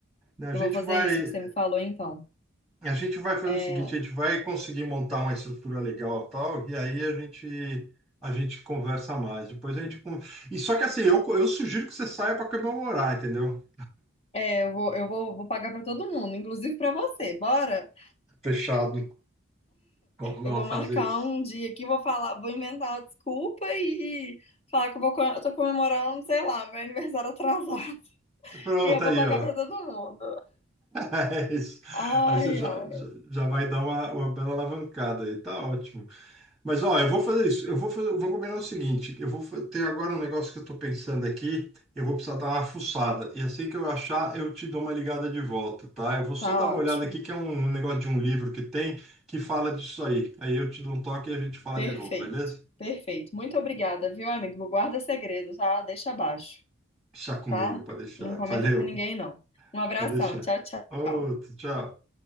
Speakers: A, in the centre; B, on the left (about 30°).
A: não, A
B: Eu
A: gente
B: vou fazer
A: vai,
B: isso que você me falou, então.
A: a gente vai fazer
B: É,
A: o seguinte, a gente vai conseguir montar uma estrutura legal, e tal, e aí a gente a gente conversa mais. Depois a gente con- E só que assim, eu, eu sugiro que você saia para comemorar, entendeu?
B: é, eu vou, eu vou, vou pagar pra todo mundo, inclusive pra você. Bora?
A: Fechado. Como vamos
B: Eu vou marcar
A: fazer isso?
B: um dia aqui, vou falar, vou inventar uma desculpa e falar que eu vou, co- eu tô comemorando, sei lá, meu aniversário atrasado. <laughs>
A: Pronto
B: E eu vou
A: aí,
B: pagar
A: ó.
B: pra todo
A: <laughs>
B: mundo.
A: É isso.
B: Ai,
A: Aí você já,
B: ai.
A: já, já vai dar uma, uma bela alavancada aí, tá ótimo. Mas ó, eu vou fazer isso. Eu vou fazer, vou combinar o seguinte, eu vou fa- ter agora um negócio que eu tô pensando aqui, eu vou precisar dar uma fuçada. E assim que eu achar, eu te dou uma ligada de volta, tá? Eu vou só
B: Tá
A: dar uma
B: ótimo.
A: olhada aqui que é um negócio de um livro que tem que fala disso aí. Aí eu te dou um toque e a gente fala
B: Perfeito.
A: de novo, beleza?
B: Perfeito. Muito obrigada, viu, amigo? Guarda segredo, tá? Deixa abaixo.
A: Deixa comigo,
B: tá?
A: pode deixar.
B: Não comenta
A: Valeu,
B: com ninguém, não. Um abração,
A: pode deixar.
B: tchau, tchau.
A: Outro, tchau.